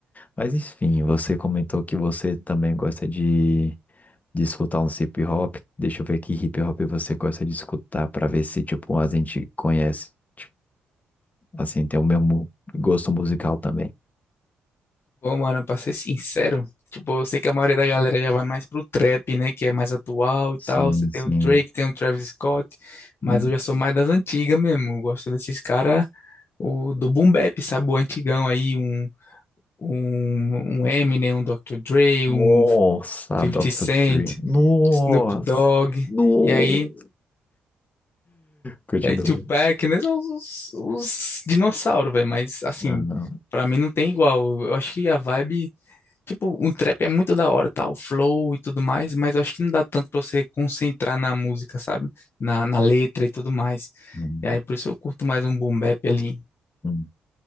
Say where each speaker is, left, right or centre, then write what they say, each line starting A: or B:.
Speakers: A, on the left; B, on the left.
A: Mas enfim, você comentou que você também gosta de, de escutar um hip hop. Deixa eu ver que hip hop você gosta de escutar para ver se tipo a gente conhece, tipo, assim, tem o mesmo gosto musical também.
B: Bom, mano, pra ser sincero, tipo, eu sei que a maioria da galera já vai mais pro trap, né, que é mais atual e
A: Sim,
B: tal. Você tem
A: sim.
B: o Drake, tem o Travis Scott, mas
A: Hum.
B: eu já sou mais das antigas mesmo. Eu gosto desses caras, o do boom bap, sabe, o antigão aí, um um, um Eminem, um Dr. Dre,
A: Nossa,
B: um Fifty
A: Dr.
B: Cent,
A: Dre. Nossa.
B: Snoop Dogg,
A: No.
B: e aí,
A: Continua.
B: e aí Tupac, né, são os, os dinossauros, velho, mas assim,
A: Ah, não.
B: pra mim não tem igual. Eu acho que a vibe Tipo, um trap é muito da hora, tal, flow e tudo mais, mas eu acho que não dá tanto pra você concentrar na música, sabe? Na, na letra e tudo mais.
A: Hum,
B: E aí, por isso eu curto mais um boom bap ali.
A: hum.